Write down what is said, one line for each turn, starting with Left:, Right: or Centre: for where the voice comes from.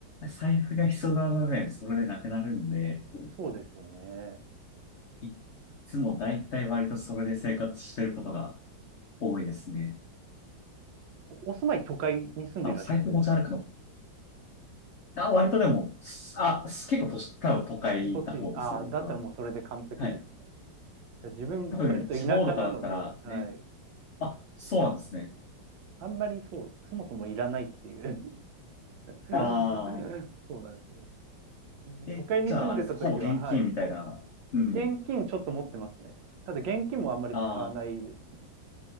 Left: 財布が必要な場面、それでなくなるんで、
Right: そうですよね。
Left: いつもだいたい割とそれで生活してることが多いですね。
Right: おお住まい都会に住んでいらっしゃるんですか
Left: あの、財布持ち歩くの。あ、割とでも、すあ、す結構都市、多分都会な方ですね、
Right: 栃木、ああ、だったらもうそれで完璧ですね。
Left: 僕は。はい。
Right: 自分、
Left: 多分、
Right: 割と田舎なので、
Left: 地方とかだったらね。
Right: はい。
Left: あ、そうなんですね。
Right: あんまりそう、そもそもいらないっていう。<laughs>
Left: ああ、
Right: そうなんですよ。
Left: え、
Right: 都会に住んでた時は、
Left: じゃああれですかほぼ現金みたいな。
Right: はい。
Left: うん。
Right: 現金ちょっと持ってますね。ただ現金もあんまり使わないですね。
Left: あ